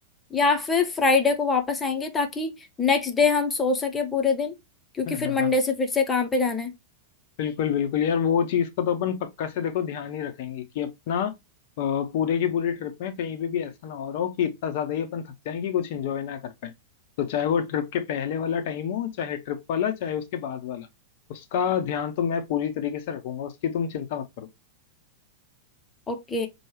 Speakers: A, on the left (about 15°); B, on the left (about 55°).
A: या फिर फ्राइडे को वापस आएंगे ताकि नेक्स्ट डे हम सो सके पूरे दिन क्योंकि
B: हाँ
A: फिर
B: हाँ
A: मंडे
B: हाँ
A: से फिर से काम पे जाना है
B: बिल्कुल बिल्कुल यार वो चीज का तो अपन पक्का से देखो ध्यान ही रखेंगे कि अपना अ, पूरे की पूरी ट्रिप में कहीं पे भी ऐसा ना हो रहा हो कि इतना ज्यादा ही अपन थक जाएं कि कुछ एंजॉय ना कर पाए तो चाहे वो ट्रिप के पहले वाला टाइम हो चाहे ट्रिप वाला चाहे उसके बाद वाला उसका ध्यान तो मैं पूरी तरीके से रखूंगा उसकी तुम चिंता मत करो
A: ओके